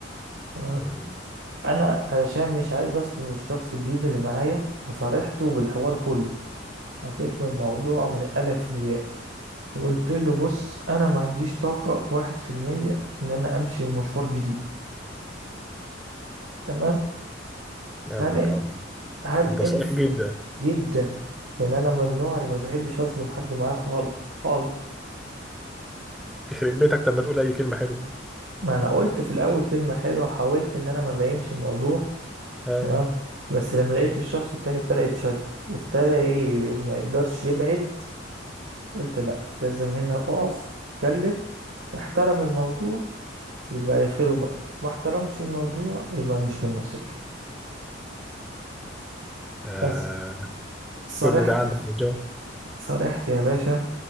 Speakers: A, on the right; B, in the centre.
A: تمام
B: مم.
A: انا علشان مش عايز اظلم الشخص الجديد اللي معايا فصارحته بالحوار كله حكيت له الموضوع من الالف للياء وقلت له بص انا ما عنديش طاقه واحد في المية ان انا امشي مشوار جديد تمام
B: يا
A: هل
B: نهار
A: انت
B: ابيض
A: هل
B: انت
A: انت
B: صريح جدا
A: جدا يعني انا من النوع اللي ما بحبش اظلم حد معايا خالص خالص
B: يخرب بيتك طب ما تقول اي كلمه حلوه
A: ما انا قلت في الاول كلمه حلوه وحاولت ان انا ما بينش الموضوع
B: اه
A: تمام بس لما لقيت الشخص التاني ابتدى يتشد وابتدى ي- ما يقدرش يبعد قلت لا لازم هنا اقف اتكلم احترم الموضوع يبقى يا خير وبركه ما احترمش الموضوع يبقى مش من نصيبي
B: آه،
A: بس صرحت
B: كل ده عندك يا جو
A: صرحت يا باشا